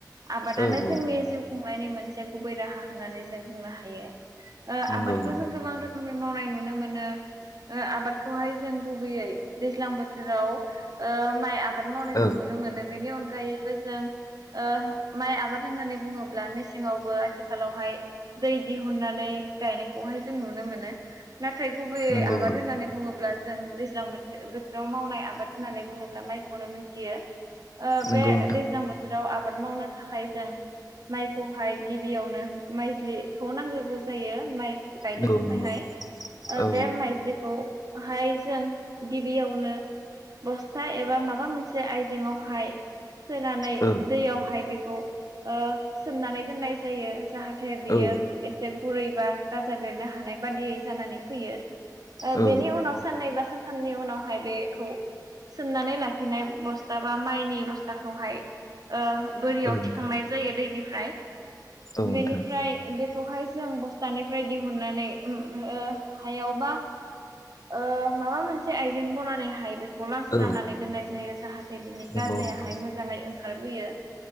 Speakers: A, on the right; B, on the left.
A: आबादानो
B: औ औ
A: जोंनि जिउ खुं नायनि मोनसे गुबै राहा होननानै जों बुंनो हायो। ओ
B: नंगौ
A: आबादखौ
B: नंगौ
A: जों गोबां रोखोमनि मावनाय नुनो मोनो। ओ आबादखौहाय जों गुबैयै दैज्लां बोथोराव ओ माइ आबाद आबाद मावनायखौ
B: औ
A: नुनो मोनो बेनि अनगायैबो जों ओ माइ आबाद होननानै बुङोब्ला मेसेङावबो आथिखालावहाय दै दिहुननानै गायनायखौहाय जों नुनो मोनो नाथाय गुबैयै
B: नंगौ
A: आबाद
B: नंगौ
A: होननानै बुङोब्ला जों दैज्लां बोथोर बोथोराव मावनाय आबाद होननानै बुङोब्ला माइखौनो मोनथियो। ओ
B: नंगौ
A: बे
B: नोंथां
A: दैज्लां बोथोराव आबाद मावनो थाखाय जों माइखौहाय गिबियावनो माइजलिखौ नांग्रोगौ जायो माइ गायनो
B: नंगौ
A: थाखायहाय
B: नंगौ
A: ओ
B: औ
A: बे माइज्लिखौ हाय जों गिबियावनो बस्था एबा माबा मोनसे आयजेेंआवहाय सोनानै
B: औ
A: दैयावहाय बेखौ ओ सोमनानै दोननाय जायो। जाहाथे बियो
B: औ
A: एसे गुरै बा गाजा बेरनो हानाय बादियै जानानै फैयो ओ
B: औ
A: बेनि उनाव साननै बा सानथामनि उनावहाय बेखौ सोमनानै लाखिनाय बस्था बा माइनि बस्थाखौहाय ओ बोरियाव
B: औ नोंथां
A: थिखांनाय जायो दैनिफ्राय
B: औ नोंथां
A: बेनिफ्राय बे बेखौहाय जों बस्थानिफ्राय दिहुननानै ओम ओ हायावबा ओ माबा मोनसे आइजें बनानै हाय बे खौलामस्रानानै
B: औ
A: दोननाय जायो जाहाथे बिनि
B: नंगौ
A: गाजायाहाय
B: नंगौ
A: मोजाङै ओंखारबोयो